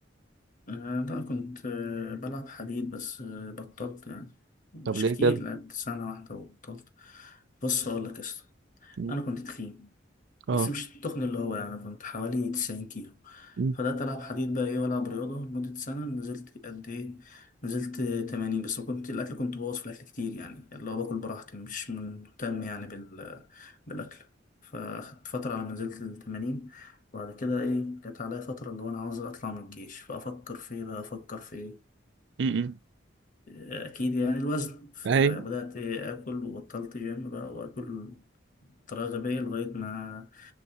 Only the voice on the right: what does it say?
طب ليه
كده
مم.
اه
مم.
مم.
اهي